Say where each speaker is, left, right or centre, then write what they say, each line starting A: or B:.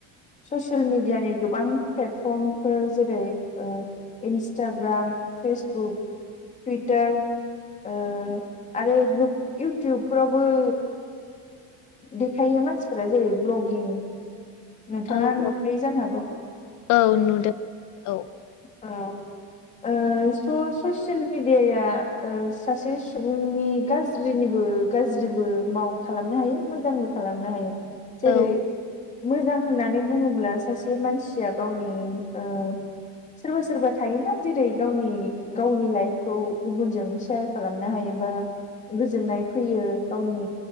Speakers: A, on the left (about 20°); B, on the left (about 55°).
A: ससियेल मिडियानि गोबां प्लेटफर्मफोर जेरै- ओ इन्सटाग्राम फेसबुक टुइटार ओ आरो गोब इउटुबफोरावबो देखायो मानसिफोरा जेरै- भ्लगिं नोंथाङा
B: औ
A: नुखायो जानो हागौ।
B: औ नुदों औ
A: औ ओ स ससियेल मिडियाया सासे सुबुंनि गाज ज्रिनिबो गाज्रिबो माव खालामनो हायो मोजांबो खालामनो हायो। जेरै-
B: नुदों
A: मोजां होननानै बुङोब्ला सासे मानस सिया गावनि ओ सोरबा सोरबा थायोना जेरै- गावनि गावनि लाइफखौ गुबुनजों सेयार खालामनो हायोबा गोजोननाय फैयो गावनि